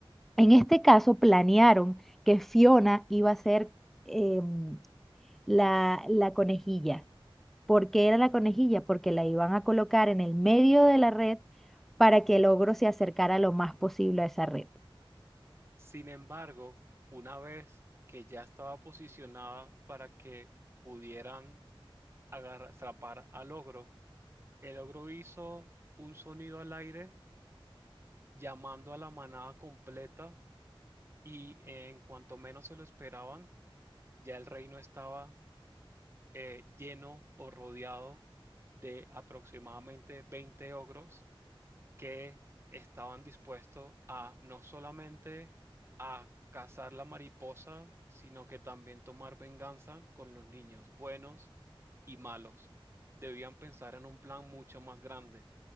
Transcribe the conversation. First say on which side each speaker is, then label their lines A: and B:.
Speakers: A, in the centre; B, on the right.
A: En este caso, planearon que Fiona iba a ser em, la, la conejilla. ¿Por qué era la conejilla? Porque la iban a colocar en el medio de la red para que el ogro se acercara lo más posible a esa red.
B: Sin embargo, una vez que ya estaba posicionada para que pudieran agarra- atrapar al ogro, el ogro hizo un sonido al aire llamando a la manada completa y en cuanto menos se lo esperaban, ya el reino estaba eh, lleno o rodeado de aproximadamente 20 ogros que estaban dispuestos a no solamente a cazar la mariposa, sino que también tomar venganza con los niños buenos y malos. Debían pensar en un plan mucho más grande.